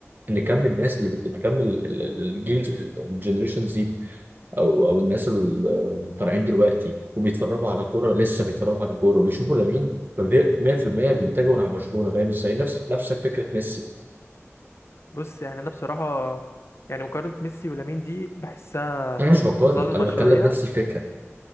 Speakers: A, on the right (about 45°); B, on the left (about 60°).
A: ان كم الناس اللي بت- بتكمل ال- ال- الجيل الجنريشن زيد او او الناس اللي طالعين دلوقتي وبيتفرجوا على كوره لسه بيتفرجوا على كوره وبيشوفوا لامين فبي- 100% بيتجهوا نحو برشلونه فاهم ازاي نفس نفس فكره ميسي
B: بص يعني انا بصراحه يعني مقارنه ميسي ولامين دي بحسها
A: انا مش بقارن
B: ظالمه
A: انا
B: شويه
A: بتكلم نفس الفكره